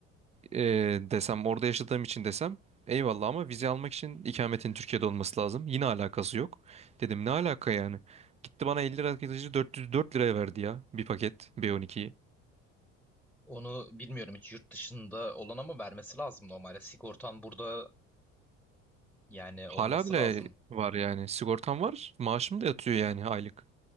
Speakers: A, on the right; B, in the centre.
A: e, desem orada yaşadığım için desem eyvallah ama vize almak için ikametin Türkiye'de olması lazım. Yine alakası yok. Dedim ne alaka yani? Gitti bana 50 lira kesici 404 liraya verdi ya bir paket B12'yi.
B: Onu bilmiyorum hiç yurt dışında olan ama vermesi lazım normalde. Sigortan burada yani
A: Hala
B: olması
A: bile
B: lazım.
A: var yani sigortam var maaşım da yatıyor yani aylık.